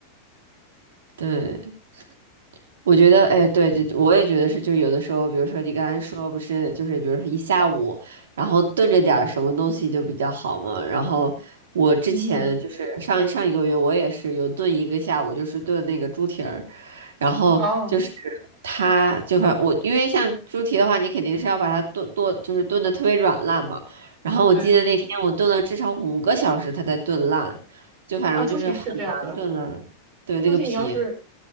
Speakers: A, on the right (about 85°); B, on the right (about 50°).
A: 对，我觉得，哎，对，就我也觉得是，就有的时候，比如说你刚才说不是，就是比如说一下午，然后炖着点儿什么东西就比较好嘛。然后我之前就是上上一个月，
B: 嗯，
A: 我也是有炖一个下午，就是炖那个猪蹄儿，然后就是
B: 哦，
A: 它就反我，因为像猪蹄的话，你肯定是要把它炖炖，就是炖的特别软烂嘛。然后我记得那天我炖了至少五个小时，
B: 对，
A: 它才炖烂，就反正就是很难炖烂。
B: 啊，猪蹄是这样的，
A: 对，那个皮，
B: 猪蹄你要是